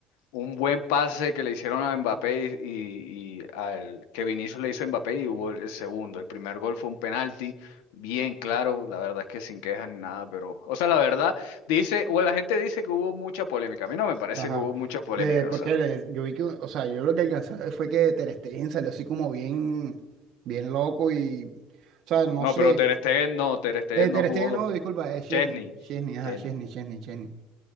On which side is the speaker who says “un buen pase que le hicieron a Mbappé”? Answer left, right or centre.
Left